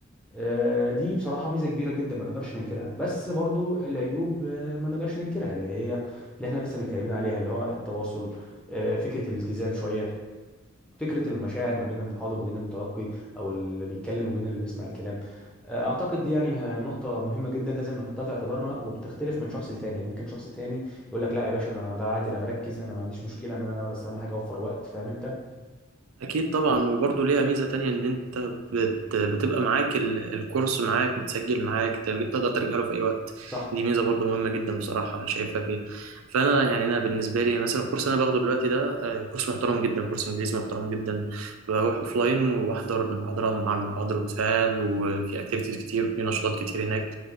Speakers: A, in the centre; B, on the right (about 80°).
A: آه، دي بصراحة ميزة كبيرة جدا ما نقدرش ننكرها بس برضو العيوب آه، ما نقدرش ننكرها اللي هي اللي احنا لسه متكلمين عليها اللي هو التواصل آه، فكرة الالتزام شوية فكرة المشاعر ما بين المحاضر وما بين المتلقي أو اللي بيتكلم وبين اللي بيسمع الكلام آه، أعتقد دي يعني ه- نقطة مهمة جدا لازم نحطها في اعتبارنا وبتختلف من شخص لتاني ممكن شخص تاني يقول لك لا يا باشا أنا بقى عادي أنا بركز أنا ما عنديش مشكلة إن أنا بس أهم حاجة أوفر وقت فاهم أنت؟
B: أكيد طبعا وبرضه ليها ميزة تانية إن أنت بت... بتبقى معاك ال... الكورس معاك متسجل معاك تر- تقدر ترجع له في أي وقت
A: صح
B: دي ميزة برضه مهمة جدا بصراحة أنا شايفها فيها فأنا يعني أنا بالنسبة لي مثلا الكورس أنا باخده دلوقتي ده آه، كورس محترم جدا كورس إنجليزي محترم جدا بروح أوفلاين وبحضر المحاضرة ومع المحاضر بتفاعل وفي أكتيفيتيز كتير وفي نشاطات كتير هناك